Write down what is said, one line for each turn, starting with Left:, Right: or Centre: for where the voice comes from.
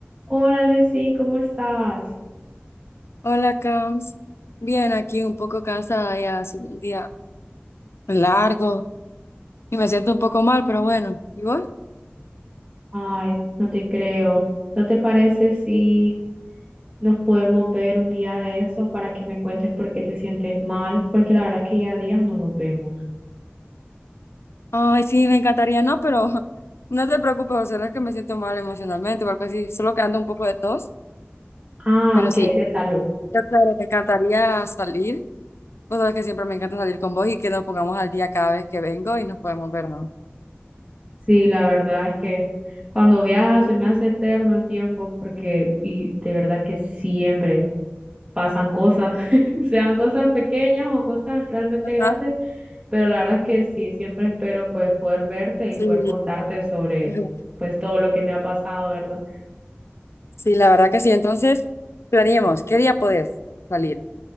Right: Hola, Lesin, ¿cómo estás?
Left: Hola, Cams. Bien, aquí un poco cansada ya, ha sido un día largo y me siento un poco mal, pero bueno. ¿Y vos?
Right: Ay, no te creo. ¿No te parece si nos podemos ver un día de esos para que me cuentes por qué te sientes mal? Porque la verdad es que ya días no nos vemos.
Left: Ay, sí, me encantaría, no, pero <laughs> no te preocupes, o sea, no es que me siento mal emocionalmente o algo así, solo que ando un poco de tos,
Right: Ah,
Left: pero
Right: ok,
Left: sí.
Right: es de salud.
Left: Yo, claro, me encantaría salir. Vos sabés que siempre me encanta salir con vos y que nos pongamos al día cada vez que vengo y nos podemos ver, ¿no?
Right: Sí, la verdad es que cuando viajas se me hace eterno el tiempo porque, y de verdad que siempre pasan cosas, <laughs> sean cosas pequeñas o cosas realmente
Left: Ajá.
Right: grandes, Pero la verdad es que sí, siempre espero pues poder verte
Left: Sí,
Right: y poder contarte sobre
Left: ajá.
Right: pues todo lo que me ha pasado, ¿verdad?
Left: sí, la verdad que sí. Entonces, planeemos, ¿qué día podés salir?